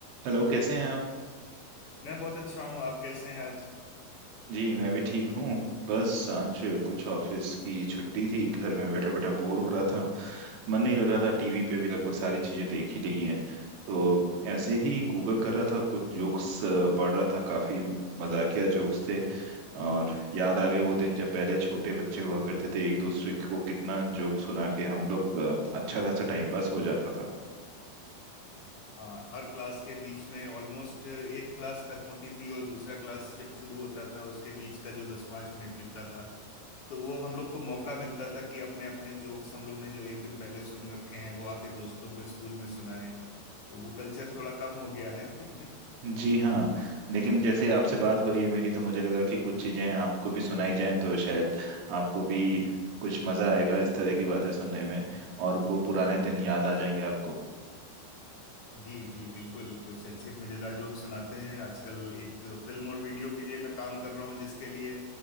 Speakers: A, on the right (about 80°); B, on the left (about 55°).
A: हेलो कैसे हैं आप
B: मैं बहुत अच्छा हूँ आप कैसे हैं आज
A: जी मैं भी ठीक हूँ बस आज कुछ ऑफिस की छुट्टी थी घर में बैठा बैठा बोर हो रहा था मन नहीं लग रहा था टीवी पे भी लगभग सारी चीजें देख ही ली हैं तो ऐसे ही गूगल कर रहा था और कुछ जोक्स पढ़ रहा था काफी मजाकिया जोक्स थे और याद आ गए वो दिन जब पहले छोटे बच्चे हुआ करते थे एक दूसरे को कितना जोक सुना के हम लोग अ, अच्छा खासा टाइम पास हो जाता था
B: हाँ हर क्लास के बीच में ऑलमोस्ट एक क्लास खत्म होती थी और दूसरा क्लास जब शुरू होता था उसके बीच का जो दस पांच मिनट मिलता था तो वो हम लोग को मौका मिलता था कि अपने अपने जोक्स हम लोग ने जो एक दिन पहले सुन रखे हैं वो आके दोस्तों को स्कूल में सुनाए तो वो कल्चर थोड़ा कम हो गया है <laughs>
A: जी हाँ
B: बट
A: लेकिन जैसे आपसे बात हो रही है मेरी तो मुझे लगा कि कुछ चीज़ें आपको भी सुनाई जाएं तो शायद आपको भी कुछ मज़ा आएगा इस तरह की बातें सुनने में और वो पुराने दिन याद आ जाएंगे आपको
B: जी जी बिल्कुल कुछ अच्छे मजेदार जोक सुनाते हैं आजकल एक फिल्म और वीडियो के लिए मैं काम कर रहा हूँ जिसके लिए